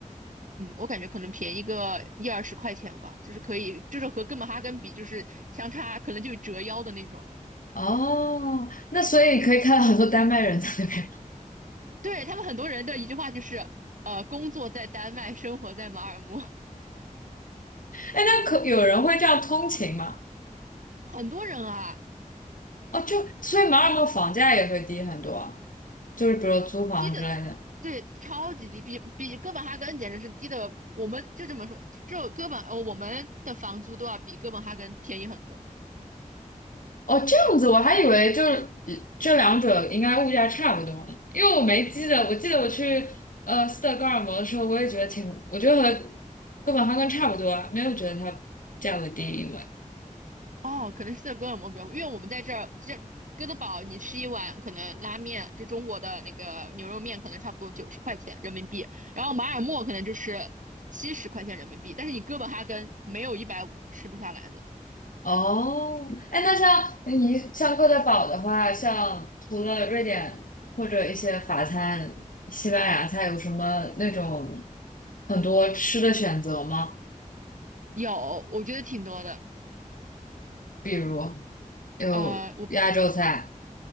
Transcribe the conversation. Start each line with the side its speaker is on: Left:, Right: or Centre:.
Right: 嗯，我感觉可能便宜个一二十块钱吧，就是可以，就是和哥本哈根比，就是相差可能就折腰的那种。
Left: 哦，那所以可以看到很多丹麦人在那边。
Right: 对，他们很多人的一句话就是，呃，工作在丹麦，生活在马尔默，
Left: 哎，那可有人会这样通勤吗？
Right: <laughs> 很多人啊。
Left: 哦，就所以马尔默房价也会低很多，就是比如租房之类的。
Right: 低的，对，超级低，比比哥本哈根简直是低的。我们就这么说，就哥本，呃，我们的房租都要比哥本哈根便宜很多。
Left: 哦，这样子，我还以为就是嗯这两者应该物价差不多呢，因为我没记得，我记得我去呃斯德哥尔摩的时候，我也觉得挺，我觉得和哥本哈根差不多啊，没有觉得它价格低，因为
Right: 哦，可能是在哥本哈根比较贵，因为我们在这儿，这哥德堡你吃一碗可能拉面，就中国的那个牛肉面，可能差不多九十块钱人民币，然后马尔默可能就是七十块钱人民币，但是你哥本哈根没有一百五吃不下来的。
Left: 哦，哎，那像你像哥德堡的话，像除了瑞典或者一些法餐、西班牙菜，有什么那种很多吃的选择吗？
Right: 有，我觉得挺多的。
Left: 比如有亚洲菜。
Right: 呃，我朋